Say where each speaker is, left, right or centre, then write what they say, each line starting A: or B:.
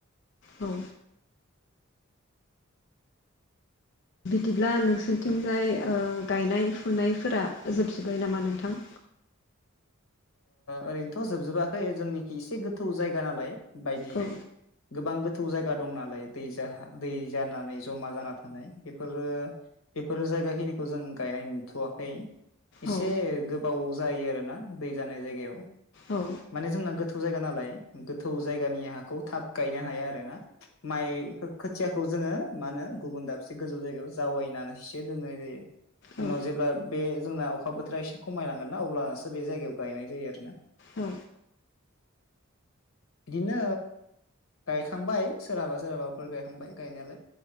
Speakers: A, on the left; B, on the left.
A: औ बिदिब्ला नोंसोरथिंजाय गायनाय फुनायफोरा जोबजोब्बाय नामा नोंथां
B: ओरैनोथ' जोबजोबाखै जोंनिखि एसे गोथौ जायगा नालाय बायदि
A: औ
B: गोबां गोथौ जायगा दं नालाय दै दै जानानै जमा जाना थानाय बेफोरो बेफोर जायगा खिनिखौ जों गायनाय नुथ'वाखै एसे
A: औ
B: गोबाव जायो आरोना दै जानाय जायगायाव
A: औ
B: माने जोंना गोथौ जायगा नालाय गोथौ जायगानि हाखौ थाब गायनो हाया आरो ना माइफोर खोथियाखौ जोङो मा होनो गुबुन दाबसे गोजौ जायगायाव जावायनानै सो दोननाय जायो
A: औ
B: उनाव जेब्ला बे जोंना अखा बोथोरा एसे खमायलांगोन ना अब्लसो बे जायगायाव गायनाय जायो आरोना
A: औ
B: बिदिनो गायखांबाय सोरहाबा सोरहाबाफोर गायखांबाय गायनायालाय